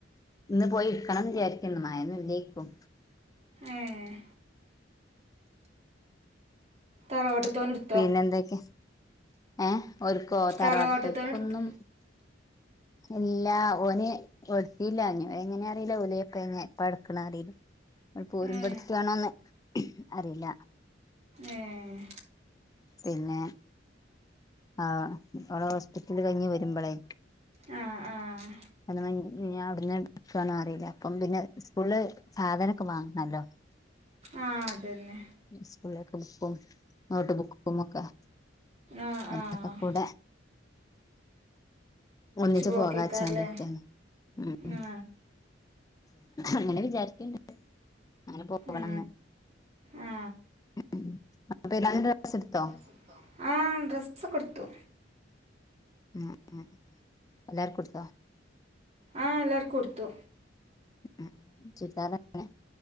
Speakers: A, on the left (about 20°); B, on the right (about 35°).
A: ഇന്ന് പോയി ഇരിക്കണംന്ന് വിചാരിക്ക്ണ്ട് മഴൊന്നും ഇല്ലേക്കും.
B: ഏഹ് ആ ഇവട്ത്തോന് ഇട്
A: പിന്നെ എന്തൊക്കെ? ഏഹ്, ഓൽക്കോ തറവാട്ട്ത്തോൽക്കൊന്നും
B: തറവാട്ടത്തോൻ എടുത്ത്
A: ഇല്ല. ഓന് ഓര് ഇട്ത്തീല്ല ഇഞ്ഞ് എങ്ങനെ അറീ ല. ഓല് ഇപ്പ ഇഞ്ഞ് ഇപ്പ എട്ക്കണ അറീല. ഓള് പോര്മ്പ
B: ഏ
A: ഇട്ത്ത് ആണോന്ന് അറിയില്ല.
B: ഏഹ്
A: പിന്നെ, ആ ഓളെ ഹോസ്പിറ്റല് കഴിഞ്ഞ് വര്മ്പളേ
B: ആഹ്, ആഹ്
A: അങ്ങനെ ഇഞ്ഞ് അവിട്ന്ന് ഇട്ക്ക് ആണോ അറീല. അപ്പം പിന്നെ സ്കൂളിൽ സാധന ഒക്കെ വാങ്ങണല്ലോ?
B: ആ അതന്നെ
A: ഈസ്കൂളിലേക്കെ ബുക്കും നോട്ട് ബുക്കും ഒക്കെ
B: ആഹ്
A: അതിനൊക്കെ
B: ആഹ്
A: കൂടെ ഒന്നിച്ച്
B: പോക്കേക്കാരല്ലേ
A: പോകച്ചാണ്ടക്കെയാണ് ഉം ഉം
B: ആ
A: അങ്ങനെ വിചാരിക്ക്ണ്ട് അങ്ങനെ പോകണഎന്ന്
B: ആ ആ
A: ഉം അപ്പ ഏലാരു ഡ്രസ്സ്‌ എടുത്തോ
B: എടുത്തോ ആഹ് ഡ്രെസ്സ്ക്കെടുത്തു
A: ഉം ഉം എല്ലാർകെടുത്ത
B: ആഹ് എല്ലാർ കൊടുത്തു
A: ഉം ചുരിദാർ ഒക്കെ